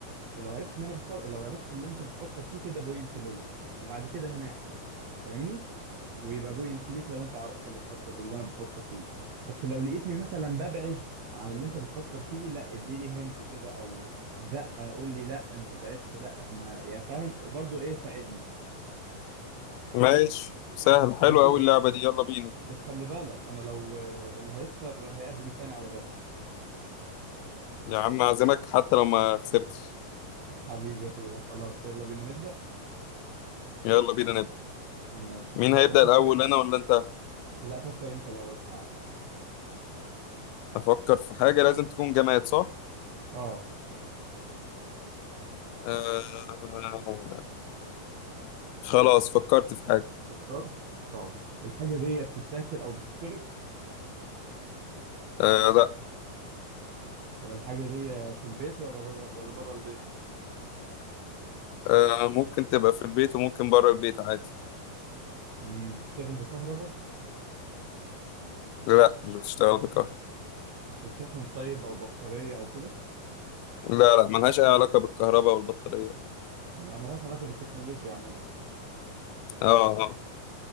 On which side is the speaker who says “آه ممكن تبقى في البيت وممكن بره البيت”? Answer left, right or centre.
Left